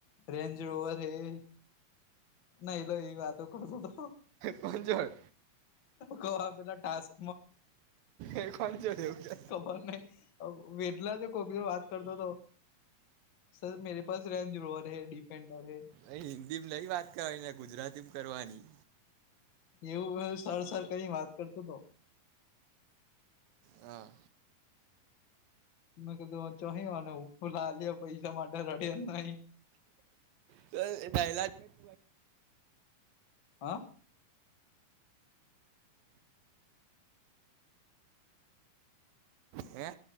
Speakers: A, on the left; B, on the right.
A: રેન્જ રોવર હૈ ના લો એ વાતો કરતો તો.
B: પાંચર
A: ક પેલા ટાસ્ક
B: એ કોંજોડ એવું કે
A: ખબર નહ વેદલા જે કોબી વાત કર દો તો સર મેરે પાસે રેન્જોવર હૈ ડિફેન્ડર હૈ.
B: અહીં હિન્દીમાં નહીં વાત કરવાની ને ગુજરાતીમાં કરવાની.
A: એવું સર સર કરીને વાત કરતો તો.
B: હા.
A: ક તો ચહીવાને લ પૈસા માટે રડે નઇ.
B: તો એ <unintelligible>
A: હા
B: <unintelligible> હે.